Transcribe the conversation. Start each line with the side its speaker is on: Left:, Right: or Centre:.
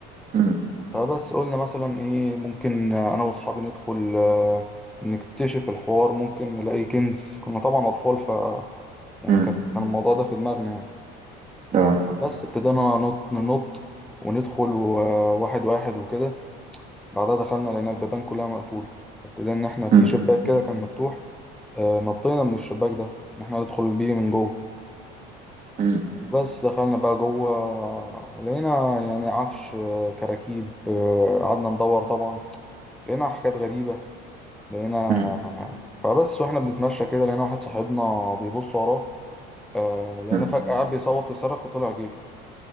Right: مم.
Centre: فبس قلنا مثلا ايه ممكن انا واصحابي ندخل آه، نكتشف الحوار ممكن نلاقي كنز كنا طبعا اطفال ف يعني
Right: مم.
Centre: كانت- كان الموضوع ده في دماغنا يعني
Right: اه
Centre: بس ابتدينا ننط ننط وندخل و- آه، واحد واحد وكده بعدها دخلنا لقينا البيبان كلها مقفولة فابتدينا ان احنا في
Right: مم.
Centre: شباك كده كان مفتوح آه، نطينا من الشباك ده ان احنا ندخل بيه من جوه
Right: مم.
Centre: بس دخلنا بقى جوه آه، لقينا يعني عفش آه، كراكيب آه، قعدنا ندور طبعا لقينا حاجات غريبة لقينا
Right: مم.
Centre: فبس واحنا بنتمشى كده لقينا واحد صاحبنا بيبص وراه آه لقينا
Right: مم.
Centre: فجأة قاعد بيصوت ويصرخ وطلع جري